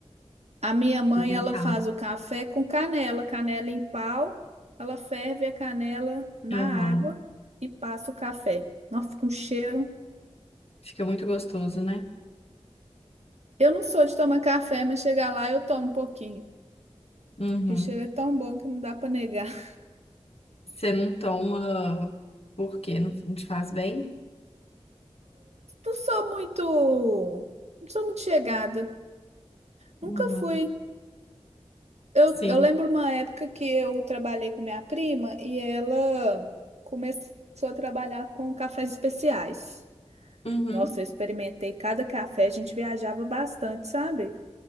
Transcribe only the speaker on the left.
Vou tentar.
Aham.
Fica muito gostoso, né?
Uhum.
Você não toma porque não não te faz bem?
Uhum.
Sim.
Uhum.